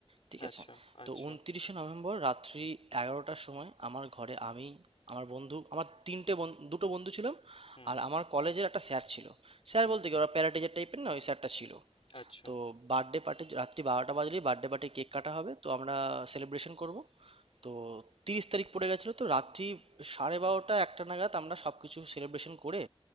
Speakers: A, on the right; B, on the left.
A: ঠিক
B: আচ্ছা
A: আছে
B: আচ্ছা
A: তো উনত্রিশে নভেম্বর রাত্রি এগারোটার সময় আমার ঘরে আমি আমার বন্ধু আমার তিনটে বন- দুটো বন্ধু ছিলাম
B: হুম
A: আর আমার কলেজের একটা স্যার ছিল স্যার
B: হুম
A: বলতে কি ওরা প্যারাটিচার টাইপের না ওই স্যারটা ছিল
B: আচ্ছা
A: তো বার্থডে পার্টি রাত্রি বারোটা বাজলেই বার্থডে পার্টি কেক কাটা হবে তো আমরা সেলিব্রেশন করব তো তিরিশ তারিখ পড়ে গেছিলো তো রাত্রি সাড়ে বারোটা একটা নাগাদ আমরা সব কিছু সেলিব্রেশন করে